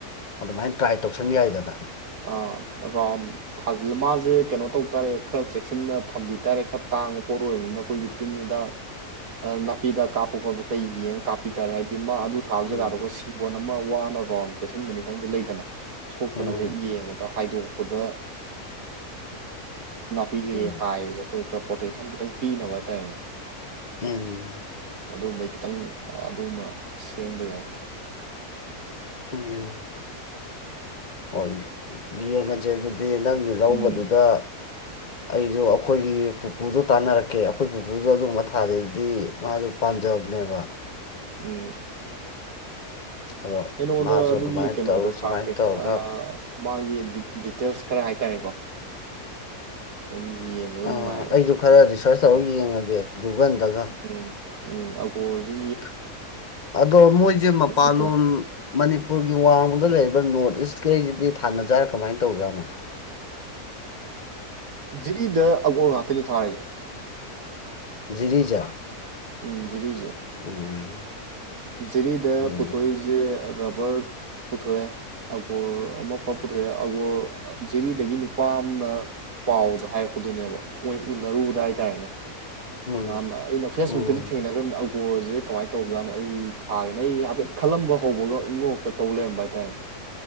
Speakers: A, on the left (about 40°); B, on the right (about 65°).
A: ꯑꯗꯨꯃꯥꯏꯅ ꯇ꯭ꯔꯥꯏ ꯇꯧꯁꯟ ꯌꯥꯏꯗꯅ
B: ꯑꯥ ꯔꯣꯝ ꯊꯥꯖꯤꯜ ꯃꯥꯁꯦ ꯀꯩꯅꯣ ꯇꯧ ꯇꯥꯔꯦ ꯈꯔ ꯆꯦꯛꯁꯤꯟꯅ ꯊꯝꯕꯤ ꯇꯥꯔꯦ ꯈꯔ ꯇꯥꯡꯕ ꯄꯣꯠ ꯑꯣꯏꯕꯅꯤꯅ ꯑꯩꯈꯣꯏꯒꯤ ꯇꯤꯟꯍꯤꯗꯥꯛ ꯅꯥꯄꯤꯍꯤꯗꯥꯛ ꯀꯥꯞꯄ ꯈꯣꯠꯄ ꯀꯩ ꯌꯦꯡꯉ ꯀꯥꯞꯄꯤ ꯇꯥꯔꯦ ꯍꯥꯏꯕꯗꯤ ꯃꯥ ꯑꯗꯨ ꯊꯥꯕ
A: ꯎꯝ
B: ꯖꯒꯥꯗꯣ ꯑꯩꯈꯣꯏ ꯁꯤꯝꯕꯣꯟ ꯑꯃ ꯋꯥꯅ ꯔꯥꯎꯟ ꯀꯣꯏꯁꯤꯟꯕꯅꯤ ꯈꯪꯗꯦ ꯂꯩꯗꯅ ꯁꯣꯛꯇꯅꯕ
A: ꯎꯝ
B: ꯍꯦꯛ ꯌꯦꯡꯕꯗ ꯍꯥꯏꯗꯣꯛꯄꯗ ꯅꯥꯄꯤꯒꯤ
A: ꯎꯝ
B: ꯍꯥꯏꯕꯗꯣ ꯑꯩꯈꯣꯏ ꯈꯔ ꯄ꯭ꯔꯣꯇꯦꯛꯁꯟ ꯈꯤꯇꯪ ꯄꯤꯅꯕ ꯍꯥꯏꯇꯥꯔꯦꯅꯦ
A: ꯎꯝ
B: ꯑꯗꯨꯒꯨꯝꯕꯩ ꯈꯤꯇꯪ ꯑꯗꯨꯃ ꯁꯦꯝꯕ ꯌꯥꯏ
A: ꯎꯝ ꯍꯣꯏ ꯌꯦꯡꯉꯁꯦ ꯑꯗꯨꯗꯤ ꯅꯪꯒꯤ ꯂꯧꯕꯗꯨꯗ
B: ꯎꯝ
A: ꯑꯩꯁꯨ ꯑꯩꯈꯣꯏꯒꯤ ꯄꯨꯄꯨꯁꯨ ꯇꯥꯟꯅꯔꯛꯀꯦ ꯑꯩꯈꯣꯏ ꯄꯨꯄꯨꯁꯨ ꯑꯗꯨꯒꯨꯝꯕ ꯊꯥꯗꯦ ꯑꯗꯨꯗꯤ ꯃꯥꯁꯦ ꯄꯥꯝꯖꯕꯅꯦꯕ
B: ꯎꯝ
A: ꯑꯗꯣ
B: ꯑꯩ ꯅꯉꯣꯟꯗ
A: ꯃꯥꯁꯨ
B: ꯑꯗꯨꯒꯤ
A: ꯑꯗꯨꯃꯥꯏꯅ
B: ꯀꯩꯅꯣꯗꯣ
A: ꯇꯧꯔꯒ
B: ꯊꯥꯔꯛꯀꯦ
A: ꯁꯨꯃꯥꯏꯅ ꯇꯧꯔꯒ
B: ꯑ ꯃꯥꯒꯤ ꯗꯤ ꯗꯤꯇꯦꯜꯁ ꯈꯔ ꯍꯥꯏꯇꯥꯔꯦꯀꯣ ꯑꯗꯨꯝ ꯌꯦꯡꯕꯗꯣ
A: ꯑꯥ
B: ꯅꯨꯡꯉꯥꯏꯕꯅꯦ
A: ꯑꯩꯁꯨ ꯈꯔ ꯔꯤꯁ꯭ꯔꯁ ꯇꯧꯔꯒ ꯌꯦꯡꯉꯒꯦ ꯒꯨꯒꯜꯗꯒ
B: ꯎꯝ ꯎꯝ ꯑꯒꯣꯔꯁꯦ
A: <inaudible> ꯑꯗꯣ ꯃꯣꯏꯖꯦ
B: ꯌꯦꯡꯉ
A: ꯃꯄꯥꯟꯂꯣꯝ ꯃꯅꯤꯄꯨꯔꯒꯤ ꯋꯥꯡꯃꯗ ꯂꯩꯔꯤꯕ ꯅꯣꯔ꯭ꯠ ꯏꯁꯀꯩꯖꯤꯗꯤ ꯊꯥꯅꯖꯥꯠꯔꯥ ꯀꯃꯥꯏꯅ ꯇꯧꯖꯥꯠꯅꯣ
B: ꯖꯤꯔꯤꯗ ꯑꯒꯣꯔ ꯉꯥꯛꯇꯅꯤ ꯊꯥꯔꯤꯖꯦ
A: ꯖꯤꯔꯤꯖꯦ
B: ꯎꯝ ꯖꯤꯔꯤꯖꯦ
A: <unintelligible>
B: ꯖꯤꯔꯤꯗ
A: ꯎꯝ
B: ꯄꯨꯊꯣꯛꯏꯖꯦ ꯔꯕꯔ ꯄꯨꯊꯣꯛꯑꯦ ꯑꯒꯣꯔ ꯑꯃ ꯄ ꯄꯨꯊꯣꯛꯑꯦ ꯑꯒꯣꯔ ꯖꯤꯔꯤꯗꯒꯤ ꯅꯨꯄꯥ ꯑꯃꯅ ꯄꯥꯎꯗ ꯍꯥꯏꯔꯛꯄꯗꯨꯅꯦꯕ ꯃꯣꯏ ꯎꯅꯔꯨꯕꯗ ꯍꯥꯏꯇꯥꯔꯦꯅꯦ
A: ꯎꯝ
B: ꯉꯍꯥꯟ ꯑꯩꯅ ꯐꯦꯁꯕꯨꯛ
A: ꯎꯝ
B: ꯇꯗꯤ ꯊꯦꯡꯅꯈ꯭ꯔꯕꯅꯦ ꯑꯒꯣꯔꯖꯦ ꯀꯃꯥꯏꯅ ꯇꯧꯕꯖꯥꯅꯣ ꯑꯩ ꯊꯥꯒꯦꯅ ꯑꯩ ꯍꯥꯏꯐꯦꯠ ꯈꯜꯂꯝꯕ ꯍꯧꯕꯒ ꯏꯉꯣꯔꯣꯛꯇ ꯇꯧ ꯂꯩꯔꯝꯕ ꯍꯥꯏꯇꯥꯔꯦꯅꯦ